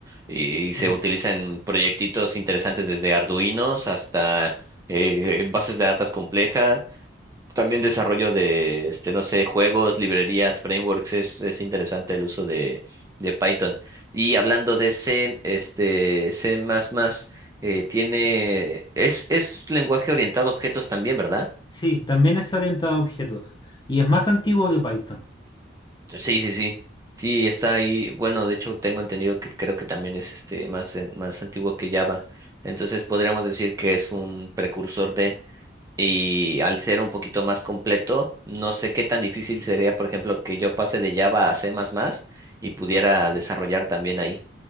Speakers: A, on the right; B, on the left.
A: y, se
B: Sí.
A: utiliza en proyectitos interesantes desde Arduinos hasta eh, eh, bases de datos complejas, también desarrollo de, este, no sé, juegos, librerías, frameworks, es, es interesante el uso de, de Python. Y hablando de C, este, C++, eh, tiene, es, es lenguaje orientado a objetos también, ¿verdad?
B: Sí, también es orientado a objetos y es más antiguo que Python.
A: Sí, sí, sí. Sí, está ahí. Bueno, de hecho tengo entendido que creo que también es este más, en- más antiguo que Java. Entonces podríamos decir que es un precursor de, y al ser un poquito más completo, no sé qué tan difícil sería, por ejemplo, que yo pase de Java a C++ y pudiera desarrollar también ahbién ahí.